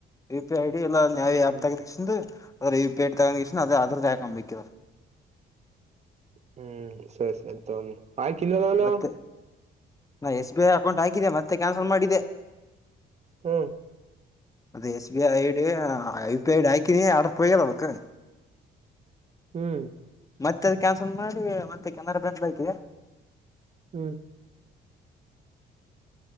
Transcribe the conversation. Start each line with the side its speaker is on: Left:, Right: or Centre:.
Left: ಯು ಪಿ ಐಡಿಲ್ಲ ನನ್ ಯಾವ್
Right: ಹ್ಮ್
Left: ಆ್ಯಪ್
Right: ಹ್ಮ್
Left: ತಗಕೇಸಿಂದು ಅದ್ರ ಯು ಪಿ ಐ ಐಡಿ ತಗೊಂಡ ಕೇಸಿಂದ್ ಅದೇ ಆದೃದ್ದೆ ಹಾಕಂಬೇಕ್ ಇವಾಗ್
Right: ಹ್ಮ್ ಸರಿ ಸರಿ ತಗೋ ಆಯ್ಕಿಲ್ಲದವ್ನೋ
Left: ಮತ್ತೆ ನಾ ಎಸ್ ಬಿ ಐ ಅಕೌಂಟ್ ಹಾಕಿದೆ ಮತ್ತೆ ಕ್ಯಾನ್ಸಲ್ ಮಾಡಿದೆ.
Right: ಹ್ಮ್
Left: ಅದು ಎಸ್ ಬಿ ಐ ಐಡೀ ಆ ಹ ಯು ಪಿ ಐ ಐಡಿ ಹಾಕಿನಿ ಆದ್ರು ಪೆಯಲ್ ಅಬಕು
Right: ಹ್ಮ್
Left: ಮತ್ತೆ ಅದ್ ಕ್ಯಾನ್ಸಲ್ ಮಾಡಿ ಮತ್ತೆ ಕೆನಾರ ಬ್ಯಾಂಕ್ ದಾಕಿ
Right: ಹ್ಮ್